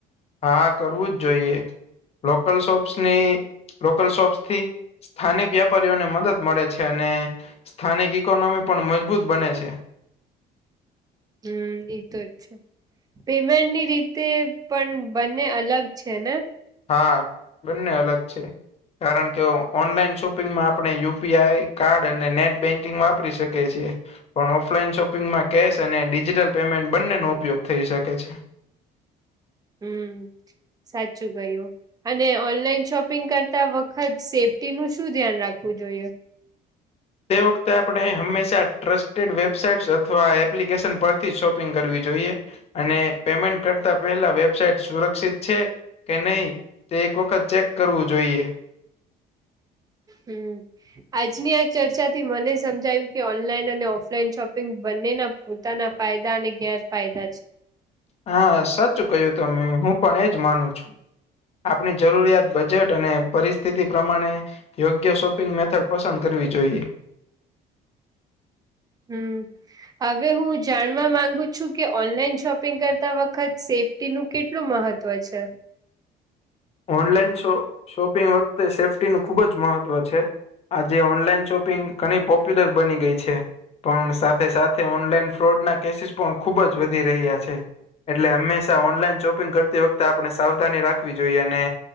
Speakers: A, on the left (about 35°); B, on the right (about 20°).
A: હા કરવું જ જોઈએ. લોકલ શોપ્સની લોકલ શોપ્સથી સ્થાનિક વ્યાપારીઓને મદદ મળે છે અને સ્થાનિક ઈકોનોમી પણ મજબૂત બને છે.
B: હમ એતો જ છે. પેમેન્ટની રીતે પણ બંને અલગ છે ને?
A: હા બંને અલગ છે. કારણ કે ઓનલાઈન શોપિંગમાં આપણે યુપીઆઈ કાર્ડ અને નેટ બેન્કિંગ વાપરી શકીએ છીએ. પણ ઓફલાઈન શોપિંગમાં કેશ અને ડિજિટલ પેમેન્ટ બંનેનો ઉપયોગ થઈ શકે છે.
B: હમ સાચું કયું. અને ઓનલાઈન શોપિંગ કરતા વખત સેફટીનું શું ધ્યાન રાખવું જોઈએ?
A: તે વખતે આપણે હંમેશા ટ્રસ્ટેડ વેબસાઇટ અથવા એપ્લિકેશન પરથી શોપિંગ કરવી જોઈએ. અને પેમેન્ટ કરતા પેહલા વેબસાઇટ સુરક્ષિત છે. કે નહી તે એક વખત ચેક કરવું જોઈએ.
B: હમ. આજની આ ચર્ચાથી મને સમજાયું કે ઓનલાઈન અને ઓફલાઈન શોપિંગ બંનેના પોતાના ફાયદા અને ગેરફાયદા છે.
A: હા સાચું કય્યું તમે. હું પણ એજ માનું છું. આપણી જરૂરિયાત, બજેટ અને પરિસ્થિતિ પ્રમાણે. યોગ્ય શોપિંગ મેથડ પસંદ કરવી જોઈએ.
B: હમ. હવે હું જાણવા માંગુ છું કે ઓનલાઈન શોપિંગ કરતા વખત સેફ ટીનું કેટલું મહત્વ છે?
A: ઓનલાઈન શો શોપિંગ વખતે સેફ્ટીનું ખુબ જ મહત્વ છે. આજે ઓનલાઈન શોપિંગ ઘણી પોપ્યુલર બની ગઈ છે. પણ સાથે સાથે ઓનલાઈન ફ્રોડના કેસીસ પણ ખુબ જ વધી રહ્યા છે. એટલે હંમેશા ઓનલાઈન શોપિંગ કરતી વખતે આપણે સાવધાની રાખવી જોઈ અને